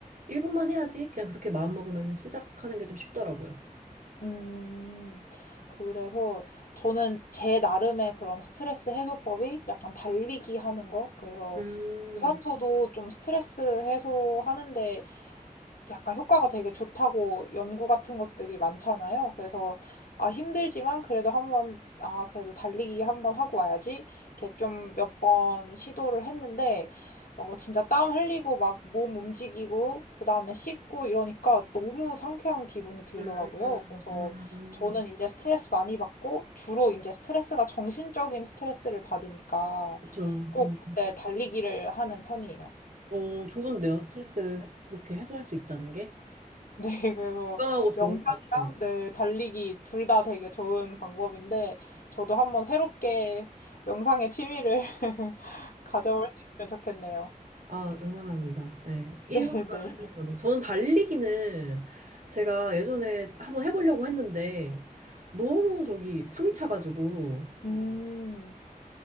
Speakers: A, on the right; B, on the left.
A: 1분만 해야지. 그냥 그렇게 마음먹으면 시작하는 게 좀 쉽더라고요.
B: 음, 그래서 저는 제 나름의 그런 스트레스 해소법이 약간 달리기 하는 거. 그래서
A: 음,
B: 유산소도 좀 스트레스 해소하는데 약간 효과가 되게 좋다고 연구 같은 것들이 많잖아요. 그래서 아 힘들지만 그래도 한번 아 그래도 달리기 한번 하고 와야지 이렇게 좀 몇 번 시도를 했는데 어 진짜 땀 흘리고 막 몸 움직이고 그다음에 씻고 이러니까 너무 상쾌한 기분이 들더라고요.
A: 음,
B: 그래서
A: 음.
B: 저는 이제 스트레스 많이 받고 주로 이제 스트레스가 정신적인 스트레스를 받으니까
A: 그렇죠.
B: 꼭
A: 음.
B: 그때 달리기를 하는 편이에요.
A: 어, 좋은데요. 스트레스 그렇게 해소할 수 있다는 게.
B: 네, 그래서
A: 건강하고 좋은
B: 명상이랑
A: 것 같아요.
B: 네, 달리기 둘 다 되게 좋은 방법인데 저도 한번 새롭게 명상의 취미를 <laughs> 가져볼 수 있으면 좋겠네요.
A: 아, 응원합니다. 네, 1분만
B: 네, 네.
A: 하시는 분은. 저는 달리기는 제가 예전에 한번 해보려고 했는데 너무 저기 숨이 차가지고.
B: 음,